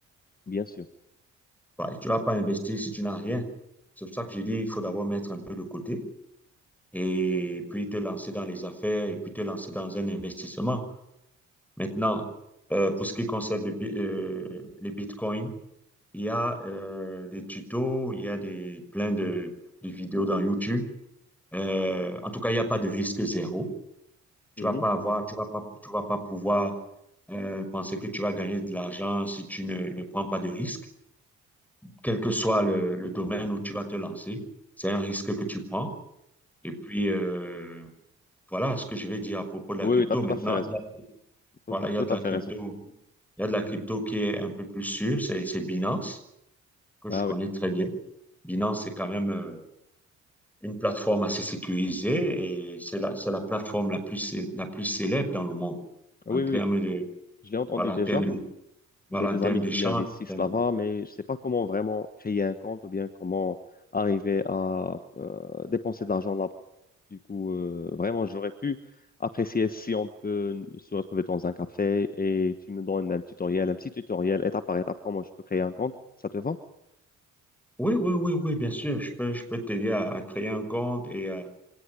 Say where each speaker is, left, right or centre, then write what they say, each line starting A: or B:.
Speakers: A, on the left; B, in the centre.
A: Bien sûr.
B: Bah, et tu ne vas pas investir si tu n'as rien. C'est pour ça que j'ai dit, il faut d'abord mettre un peu de côté. et puis te lancer dans les affaires et puis te lancer dans un investissement. Maintenant, euh, pour ce qui concerne le bi- euh, les bitcoins, il y a euh, des tutos, il y a des, plein de, de vidéos dans YouTube. Euh, en tout cas, il n'y a pas de risque zéro. Tu
A: Mhm.
B: vas pas avoir, tu vas pas, tu vas pas pouvoir euh, penser que tu vas gagner de l'argent si tu ne, ne prends pas de risque. Quel que soit le, le domaine où tu vas te lancer, c'est un risque que tu prends. Et puis, euh, Voilà ce que je vais dire à propos de la
A: Oui,
B: crypto.
A: oui, tu as tout
B: Maintenant,
A: à fait raison.
B: voilà,
A: Tout à
B: il y a de
A: tout à
B: la
A: fait
B: crypto,
A: raison.
B: il y a de la crypto qui est un peu plus sûre, c'est c'est Binance, que
A: Ah
B: je connais
A: oui,
B: très bien. Binance, c'est quand même euh, une plateforme assez sécurisée et c'est la, c'est la plateforme la plus, cé- la plus célèbre dans le monde
A: oui,
B: en termes
A: oui, oui.
B: de,
A: je l'ai entendu
B: voilà,
A: déjà.
B: en termes de, voilà,
A: J'ai des
B: en termes
A: amis
B: d'échange.
A: qui investissent
B: en termes
A: là-bas,
B: de-
A: mais je sais pas comment vraiment créer un compte ou bien comment arriver à euh, dépenser de l'argent là-bas. Du coup, euh, vraiment, j'aurais pu apprécier si on peut se retrouver dans un café et tu me donnes un tutoriel, un petit tutoriel, étape par étape, comment je peux créer un compte. Ça te va?
B: Oui, oui, oui, oui, bien sûr, je peux, je peux t'aider à, à créer un compte et à,